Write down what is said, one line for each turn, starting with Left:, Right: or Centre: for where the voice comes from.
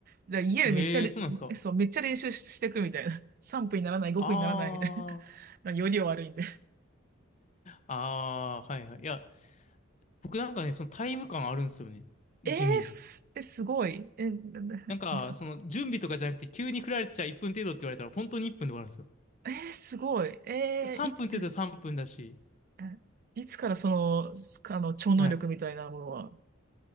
Right: で家でめっちゃれ、
Left: ええー、そうなんですか。
Right: そう、めっちゃ練習ししてくみたいな。3分にならない、5分にならないみたい
Left: ああ。
Right: な。<laughs> より悪いんで
Left: ああ、はいはい。いや、僕なんかね、そのタイム感あるんですよね。
Right: えー、
Left: 地味に。
Right: す、え、すごい。え、ななだ
Left: なんか、その準備とかじゃなくて、急に振られちゃ1分程度って言われたら、本当に1分で終わるんですよ。
Right: えーすごい。えーいつ、
Left: 3分って言ったら3分だし。
Right: えいつからその、すあの、超能力みたいなものは。
Left: はい。